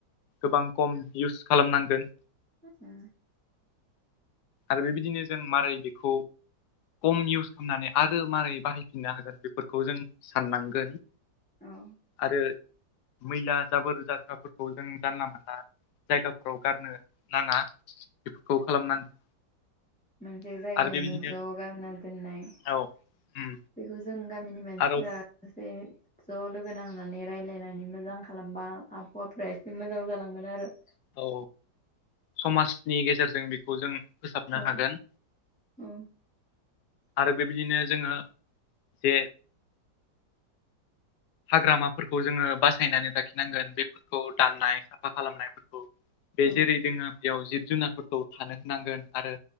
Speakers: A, on the left (about 75°); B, in the centre.
A: गोबां खम इउस खालामनांगोन।
B: <unintelligible>
A: आरो बेबायदिनो जों मारै बेखौ खम इउस खालामनानै आरो मारै बाहायफिनना होगोन बेखौ फोरखौ जों साननांगोन।
B: औ
A: आरो मैला जाबोर जाग्राफोरखौ जों जानला मोनानला जायगाफोराव गारनो नाङा बेफोरखौ खालामनांगोन।
B: मोनानसे
A: आरो
B: ज
A: बेबायदिनो
B: न जौग न दोननाय
A: औ उम
B: बेखौ जों गामिनि मानसिफासै
A: आरो
B: ज' लोगो नांनानै रायज्लायनानै मोजां खालामबा आबहावाफ्रा एसे मोजां जालांगोन आरो।
A: औ समाजनि गेजेरजों बेखौ जों फोसाबनो
B: औ
A: हागोन।
B: औ
A: आरो बेबायदिनो जोङो जे हाग्रामाफोरखौ जोङो बासायनानै लाखिनांगोन बेफोरखौ दाननाय साफा खालामनायफोरखौ। बे
B: औ
A: जेरै दोङो बेयाव जिब जुनारफोरखौ थानो होनांगोन आरो